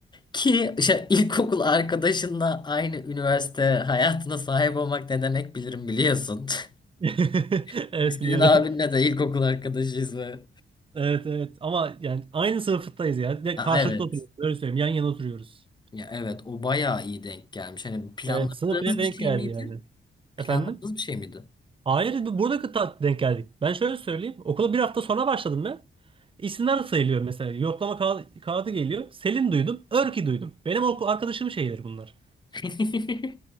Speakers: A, on the left (about 20°); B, on the right (about 25°).
A: Ki işte <laughs> ilkokul arkadaşınla aynı üniversite hayatına sahip olmak ne demek bilirim biliyorsun. <laughs>
B: <laughs> Evet
A: Senin
B: biliyorum.
A: abinle de ilkokul arkadaşıyız ve
B: Evet evet ama yani aynı sınıftayız ya Ve
A: Ha,
B: karşılıklı
A: evet.
B: oturuyoruz. Öyle söyleyeyim. Yan yana oturuyoruz.
A: Ya evet o bayağı iyi denk gelmiş. Hani planladığınız
B: Evet sınıf bile denk
A: bir şey
B: geldi
A: miydi?
B: yani.
A: Planladığınız
B: Efendim?
A: bir şey miydi?
B: Hayır bu- burada kıta denk geldik. Ben şöyle söyleyeyim. Okula bir hafta sonra başladım ben. İsimler sayılıyor mesela. Yoklama kağı- kağıdı geliyor. Selin duydum. Örki duydum. Benim okul arkadaşım şeyleri bunlar.
A: <laughs>